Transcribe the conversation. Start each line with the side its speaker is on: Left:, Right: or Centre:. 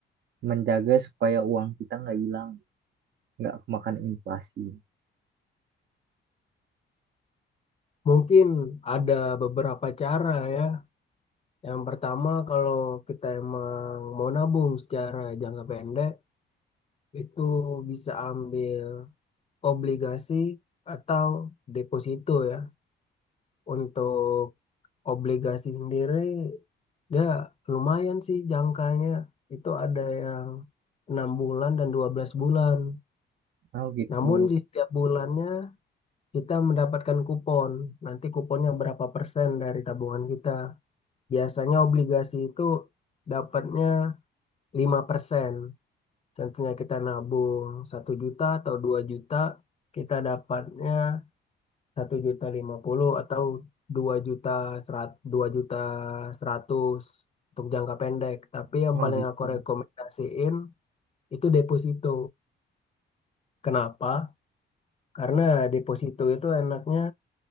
Right: menjaga supaya uang kita nggak hilang, nggak kemakan inflasi.
Left: Mungkin ada beberapa cara ya. Yang pertama, kalau kita emang mau nabung secara jangka pendek, itu bisa ambil obligasi atau deposito ya. Untuk obligasi sendiri, ya lumayan sih jangkanya. Itu ada yang 6 bulan dan 12 bulan.
Right: Oh gitu.
Left: Namun di setiap bulannya kita mendapatkan kupon. Nanti kuponnya berapa persen dari tabungan kita. Biasanya obligasi itu dapatnya lima persen, Contohnya kita nabung satu juta atau 2 juta, kita dapatnya satu juta 50 atau 2 juta 100, 2 juta 100 untuk jangka pendek. Tapi yang
Right: Oh
Left: paling
Right: gitu.
Left: aku rekomendasiin itu deposito. Kenapa? Karena deposito itu enaknya